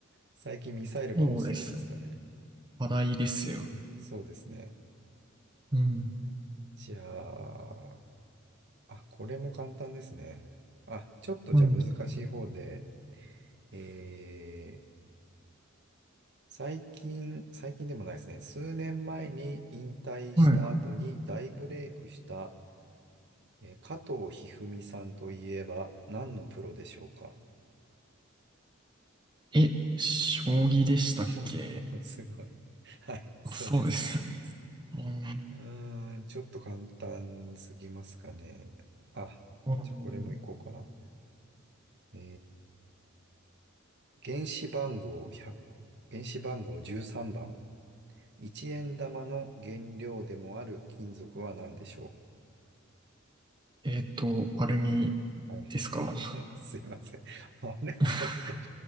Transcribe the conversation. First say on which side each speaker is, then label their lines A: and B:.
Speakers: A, on the right; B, on the right.
A: 最近ミサイルが多すぎるんですかね。
B: そうですね。話題ですよね。
A: そうですね。
B: うん。
A: じゃあ、あ、これも簡単ですね。あ、ちょっとじゃあ難しい方で、
B: うん。
A: えー、最近、最近でもないですね。数年前に引退した後に大ブレイクした、
B: は
A: えー加藤一二三さんといえば何のプロでしょうか
B: い。え、将棋でしたっけ
A: <laughs> もう、もうすごい。<laughs> はい、そうです。
B: あ、そうです。<laughs> うん。
A: うーん、ちょっと簡単すぎますかね。あ、
B: うん
A: じゃあこれもいこうかな。えー、原子番号1原子番号13番。1円玉の原料でもある金属は何でしょ
B: えっと、アルミ
A: うお
B: ですか。
A: <laughs> すいません。あれ、
B: <laughs>
A: ちょっと、